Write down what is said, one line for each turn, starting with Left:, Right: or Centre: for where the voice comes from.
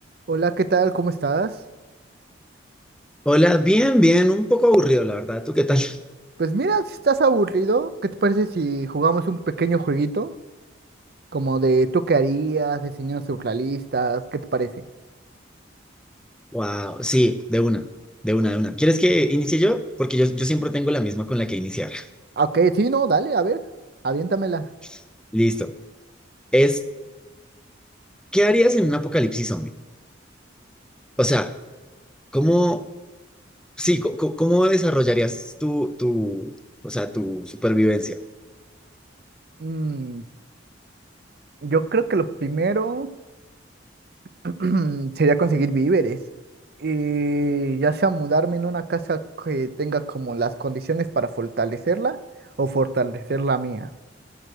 Right: Hola, ¿qué tal? ¿Cómo estás?
Centre: Hola, bien, bien, un poco aburrido, la verdad. ¿Tú qué tal? <laughs>
Right: Pues mira, si estás aburrido, ¿qué te parece si jugamos un pequeño jueguito? Como de tú qué harías, diseños surrealistas, ¿qué te parece?
Centre: Wow, sí, de una, de una, de una. ¿Quieres que inicie yo? Porque yo, yo siempre tengo la misma con la que iniciar.
Right: Ah, Ok, sí, no, dale, a ver, aviéntamela.
Centre: <laughs> Listo. Es, ¿qué harías en un apocalipsis zombie? O sea, ¿cómo, sí, co- co- cómo desarrollarías tu, tu, o sea, tu supervivencia?
Right: Mm, yo creo que lo primero <clears throat> sería conseguir víveres. Y ya sea mudarme en una casa que tenga como las condiciones para fortalecerla o fortalecer la mía.